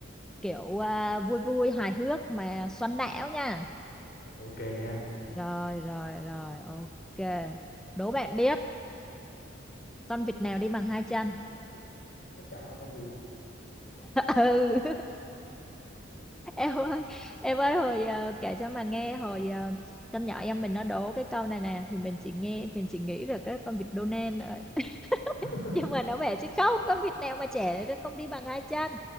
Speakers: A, in the centre; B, on the left (about 55°).
A: kiểu à, vui vui hài hước mà xoắn não nha.
B: ok nha
A: Rồi, rồi, rồi, ok. Đố bạn biết con vịt nào đi bằng hai chân?
B: tất cả các con vịt
A: <laughs> ừ, em ơi, em ơi hồi à, kể cho mà nghe hồi à, con nhỏ em mình nó đố cái câu này nè thì mình chỉ nghe mình chỉ nghĩ là cái con vịt Donald thôi. <laughs>
B: <laughs>
A: Nhưng mà nó bảo chứ không, con vịt nào mà trẻ nó không đi bằng hai chân.